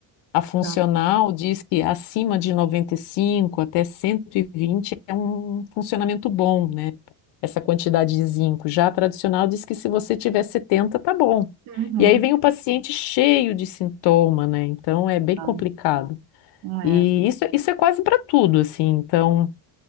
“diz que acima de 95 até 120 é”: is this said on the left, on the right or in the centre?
Left